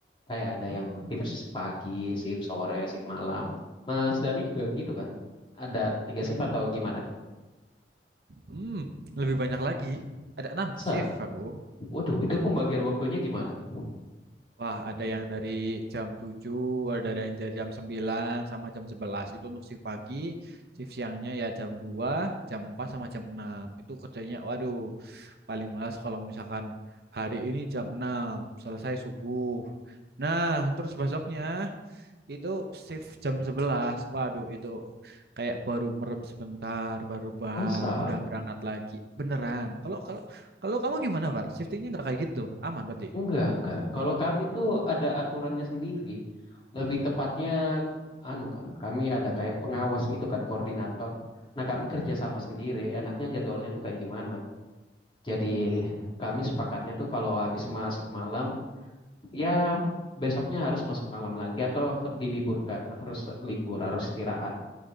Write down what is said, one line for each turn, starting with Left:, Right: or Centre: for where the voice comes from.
Left: Kayak ada
Right: Oh,
Left: yang shift pagi, shift sore, shift malam. Mas Dani juga gitu kan? Ada tiga
Right: ya.
Left: shift atau gimana tuh?
Right: Hmm, lebih banyak lagi. Ada enam
Left: Masa?
Right: shift aku.
Left: Waduh, itu pembagian waktunya gimana tuh?
Right: Wah, ada yang dari jam 7, ada yang dari jam 9, sama jam 11. Itu untuk shift pagi, shift siangnya ya jam 2, jam 4 sama jam 6. Itu kerjanya waduh, paling malas kalau misalkan hari ini jam 6 selesai subuh. Nah, terus besoknya itu shift jam sebelas, Waduh, itu kayak baru merem sebentar, baru bahan,
Left: Masa?
Right: udah berangkat lagi. Beneran. Kalau kalau kalau kamu gimana, Var? Shiftingnya nggak kayak gitu? Aman berarti.
Left: Enggak, enggak. Kalau kami tuh ada aturannya sendiri. Lebih tepatnya, anu kan, kami ada kayak pengawas gitu kan, koordinator. Nah, kami kerja sama sendiri. Enaknya jadwalnya tuh kayak gimana? Jadi,
Right: Oh,
Left: kami sepakatnya tuh kalau habis masuk malam, ya besoknya harus masuk malam lagi atau diliburkan harus libur harus istirahat